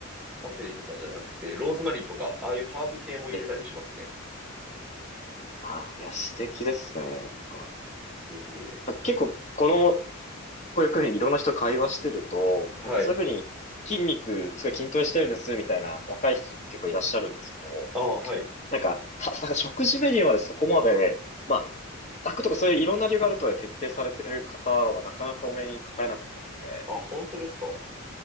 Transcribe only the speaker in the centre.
パセリとかじゃなくて、ローズマリーとか、ああいうハーブ系も入れたりしますね。
いえいえ。
はい。
ああ、はい。
あ、本当ですか。